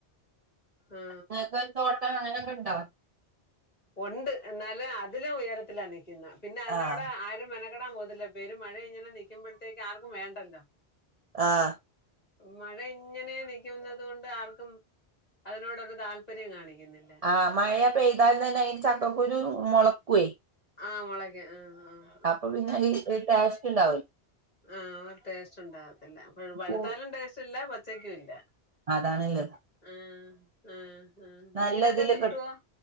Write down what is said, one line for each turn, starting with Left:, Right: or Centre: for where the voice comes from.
Left: ആ
Right: ഇങ്ങക്ക് തോട്ടം അങ്ങനൊക്കെണ്ടാ
Left: ഉണ്ട് എന്നാലും അതിലും ഉയരത്തിലാണ് നിൽക്കുന്ന പിന്നെ അതിന്റെടെ
Right: ആഹ്
Left: ആ രും മെനക്കെടാൻ പോകത്തില്ല പെര് മഴ ഇങ്ങനെ നൽക്കുമ്പഴത്തേക്ക് ആർക്കും വേണ്ടല്ലോ
Right: ആഹ്
Left: മഴ ഇങ്ങനെ നിക്കുന്നുന്നത് ണ്ട് ആർക്കും അതിനോടരു താല്പര്യം കാണിക്കുന്നില്ല
Right: ആഹ് മഴയ പെയ്താല തന്നെ അയിന് ചക്ക കുരു രു മുളക്കുവേ
Left: ആഹ് മൊളക്കും ആഹ് ആഹ്
Right: അപ്പ പിന്നഇ ഇ ടേസ്റ്റ് ഉണ്ടാവില്ല
Left: ആഹ്അ ടേസ്റ്റ് ഉണ്ടാവത്തില്ല പഴുത്താലും
Right: കൂ
Left: ടേസ്റ്റ് ഇല്ല പച്ചക്കുല്ല
Right: അതാണ്ള്ളത്
Left: ആഹ് ആഹ് ആഹ്
Right: നല്ലതില്
Left: മീനൊക്കെകിട്ടോ
Right: കിട്ടും